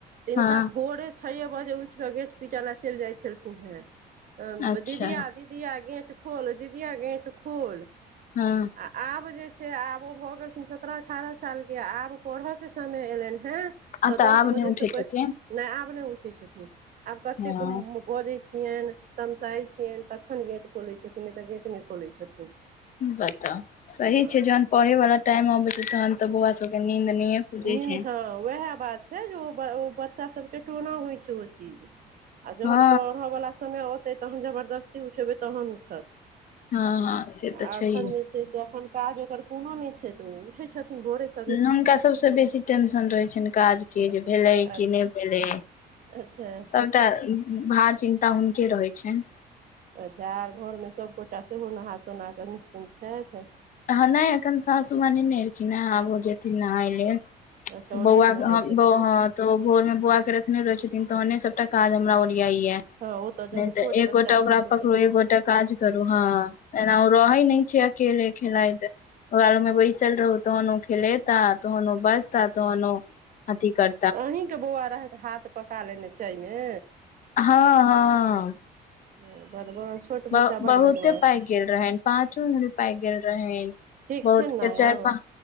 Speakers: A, on the right; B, on the left.
A: किनका
B: हँ
A: भोरे छ बजे उठ केँ गेट पिटे ला चैल जाइ छलखिन हे।
B: अच्छा
A: दीदिया, दी दीया गेट खोल, दीदीया गेट खोल
B: हँ
A: आ आब जे छै आबो ओ गेलखिन सत्रह-अठारह साल केँ आब पढ़य केँ समय एयलनि हेँ
B: आ
A: तऽ दस
B: आब
A: बजेसँ
B: नहि उठैत
A: पै,
B: हेथिन
A: नै आब नै उठै छथिन। आब कतेक
B: हँ
A: बजैत छियैन, तमसाइ छियैन तखन गेट खोलै छथिन नइ तऽ गेट नइ खोलै छथिन
B: बताउ, सही
A: हँ
B: छै जहन पढ़े वाला टाइम आबे छै तहन तऽ बौआ सब केँ नीद नहिये खुजै
A: नीन्द,
B: छै
A: हँ ओहै बात छै जे ओ ब ओ बच्चा सबकेँ टोना होइ छै ओ चीज आ जहन
B: हँ
A: पढ़यवला समय औतै तहन जबरदस्ती उठेबै तहन उठत
B: हँ हँ से
A: आ
B: तऽ छैहे
A: एखन जे छै से एखन काज ओकर कोनो नइ छै तऽ ओ उठै छथिन भोरे सँ
B: हुनका सबस बेसी टेंशन रहै छैन काज की जे भेलै
A: अच्छा
B: कि नय भेलै।
A: अच्छा
B: सब टा भार, चिन्ता हुनके रहै छैन
A: अच्छा आर घरमे सभगोटा सेहो नहा सोना कऽ निश्चिन्त छथि
B: हँ नइ एखन सासू माँ नय नऽ एलखिन हँ आब ओ जेथिन नहाय लेल
A: अच्छा ओ
B: बौआ
A: लेट नहाय
B: केँ हम
A: छथिन
B: ब
A: ने
B: हँ तऽ ओ भोर मे बोआ केँ रखने रहे छथिन तहने सबटा काज हमरा ओरिया ये
A: हँ ओ जहन
B: नय तऽ
A: छोट
B: एक
A: बच्चा
B: गोटा
A: छै
B: ओकरा
A: तऽ ओ
B: पकड़ू
A: तऽ हेबे
B: एक गोटा काज करू हँ, एना ओ रहै नय छै केेले खेलाइत। बगालमे बैसल रहू तहन ओ खेलेता तहन ओ बजता तहन ओ अथी कर
A: अही केँ बौआ रहैथ, हाथ पका लेने चायमे
B: हँ हँ
A: हँ बदमाश छोट
B: ब
A: बच्चा बड
B: बहुते
A: बदमाश
B: पायक
A: होइ छै
B: गेल रहेैन पाँचो उड़ी पायक गेल रहेैन
A: ठीक
B: बहुत
A: छै ने
B: फेर चारि
A: आब
B: प